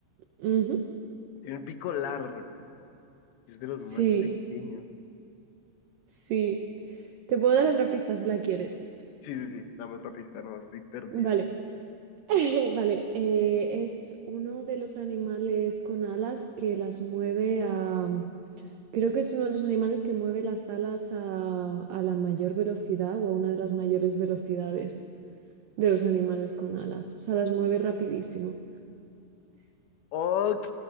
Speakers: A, on the right; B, on the left.
A: Ujú.
B: Tiene un pico largo. Es de los
A: Sí,
B: más pequeños.
A: sí. Te puedo dar otra pista si la quieres.
B: Sí, sí, sí. Dame otra pista, no, estoy perdido.
A: Vale, <laughs> vale. eh, es uno de los animales con alas que las mueve a... Creo que es uno de los animales que mueve las alas a, a la mayor velocidad o a una de las mayores velocidades de los animales con alas. O sea, las mueve rapidísimo.
B: Ok,